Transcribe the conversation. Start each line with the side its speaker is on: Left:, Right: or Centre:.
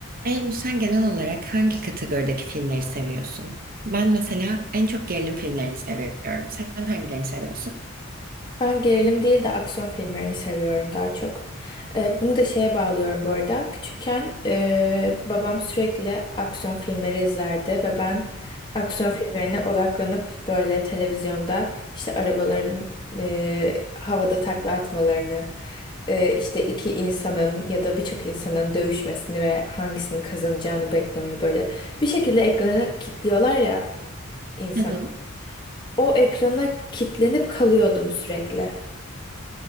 Right: Eylül sen genel olarak hangi kategorideki filmleri seviyorsun? Ben mesela en çok gerilim filmlerini seviyorum. Sen hangilerini seviyorsun?
Left: Ben gerilim değil de aksiyon filmlerini seviyorum daha çok. Ee, bunu da şeye bağlıyorum bu arada. Küçükken e, babam sürekli aksiyon filmleri izlerdi ve ben aksiyon filmlerine odaklanıp böyle televizyonda işte arabaların e, havada takla atmalarını, e, işte iki insanın ya da birçok insanın dövüşmesini ve hangisinin kazanacağını beklemeyi böyle bir şekilde ekrana kilitliyorlar ya insan.
Right: Hı hı.
Left: O ekrana kilitlenip kalıyordum sürekli.